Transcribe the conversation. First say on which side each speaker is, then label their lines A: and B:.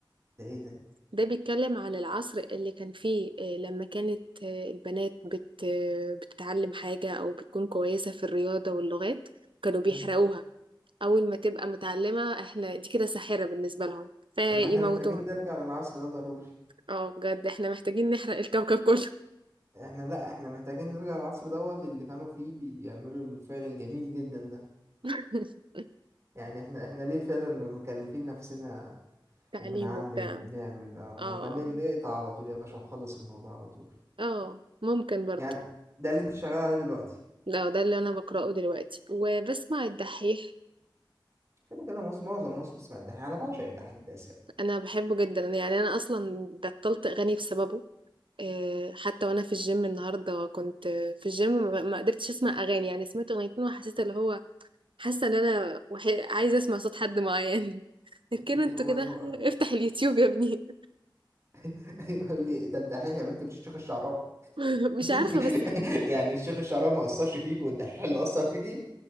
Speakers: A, on the right; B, on the right.
A: ده ايه ده
B: ده بيتكلم عن العصر اللي كان فيه آه، لما كانت آه، البنات بت آه، بتتعلم حاجة أو بتكون كويسة في الرياضة واللغات كانوا بيحرقوها
A: ها.
B: أول ما تبقى متعلمة احنا دي كده ساحرة بالنسبة لهم فيموتوها
A: طب ما احنا محتاجين نرجع للعصر ده ضروري
B: اه بجد احنا محتاجين نحرق الكوكب كله
A: احنا لا احنا محتاجين نرجع للعصر دوت اللي كانوا فيه بيعملوا الفعل الجميل جدا ده
B: <laughs>
A: يعني احنا احنا ليه فعلا م- مكلفين نفسنا
B: تعليم
A: وبنعلم
B: وبتاع
A: وبنعمل اه، ما
B: اه
A: ن- نقطع على طول يا باشا وخلص الموضوع على طول
B: اه ممكن برضه
A: يعني ده اللي انت شغال عليه دلوقتي
B: لا ده اللي انا بقراه دلوقتي وبسمع الدحيح
A: كده كده مصر معظم مصر بتسمع الدحيح انا بعشق الدحيح ده يعني
B: انا بحبه جدا يعني انا اصلا بطلت اغاني بسببه آه، حتى وانا في الجيم النهارده كنت آه، في الجيم ما ما قدرتش اسمع اغاني يعني سمعت اغنيتين وحسيت اللي هو حاسه ان انا وحي... عايزه اسمع صوت حد معين <laughs> لكن
A: هي
B: انتوا
A: هو
B: كده
A: هو
B: افتح اليوتيوب يا ابني
A: <laughs> يقول لي ده الدحيح يا بنت مش الشيخ الشعراوي
B: <laughs> مش
A: <laughs>
B: عارفه بس
A: يعني الشيخ الشعراوي ما اثرش فيك والدحيح اللي اثر فيكي